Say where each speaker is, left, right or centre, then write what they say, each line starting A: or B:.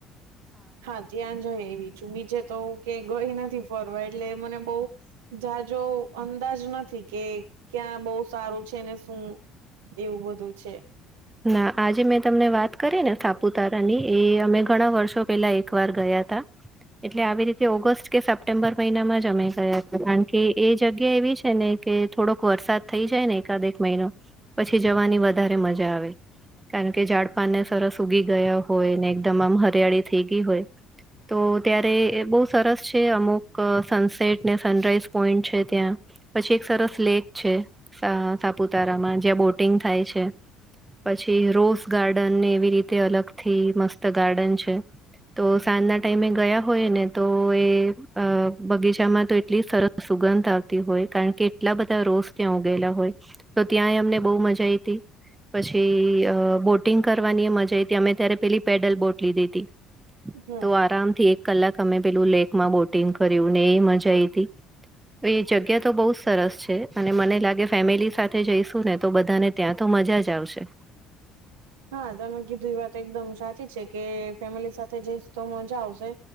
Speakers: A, on the right; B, on the right.
A: હા ત્યાં જઈ એવી છું બીજે તો કે ગઈ નથી ફોરવર્ડ એટલે મને બહ જાજો અંદાજ નથી કે ક્યાં બહુ સારું છે ને શું એવું બધું છે
B: ના આજે મેં તમને વાત કરી ને થાપુતારા ની એ અમે ઘણા વર્ષો પેલા એક વાર ગયા હતા એટલે આવી રીતે ઓગસ્ટ કે સપ્ટેમ્બર મહિનામાં જ અમાઈ ગયા હતા કારણ કે એ જગ્યા એવી છે ને કે થોડોક વરસાદ થઈ જાય ને એકાદ એક મહિનો પછી જવાની વધારે મજા આવે કારણ કે ઝાડ પાાન ને સરસ ઉગી ગયા હોય ને એકદમ આમ હરિયાળી થઈ ગઈ હોય તો ત્યારે એ બહુ સરસ છે અમુક સનસેટ ને સનરાઈઝ પોઈન્ટ છે ત્યાં પછી એક સરસ લેક છે સાપુતારામાં જ્યાં બોટિંગ થાય છે પછી રોઝ ગાર્ડન ને એવી રીતે અલગ થી મસ્ત ગાર્ડન છે તો સાંજના ટાઈમે ગયા હોય ને તો એ બગીચામાં તો એટલી સરસ સુગંધ આવતી હોય કારણ કે એટલા બધા રોઝ ત્યાં ઉગયેલા હોય તો ત્યાંય અમને બહુ મજા આઈ હતી જે બોટિંગ કરવાની મજાઈ હતી અમે ત્યારે પેલી પેડલ બોટ લીધી હતી
A: હમ
B: તો આરામ થી એક કલાક અમે પેલું લેકમાં બોટિંગ કર્યું ને એ મજા આઈ હતીી એ જગ્યા તો બહુ જ સરસ છે અને મને લાગે ફેમિલી સાથે જઈશું ને તો બધાને ત્યાં તો મજા જ આવશે
A: હા તમે કીધું એ વાત એકદમ સાચી છે કે ફેમિલી સાથે જઈશ તો મજા આવશે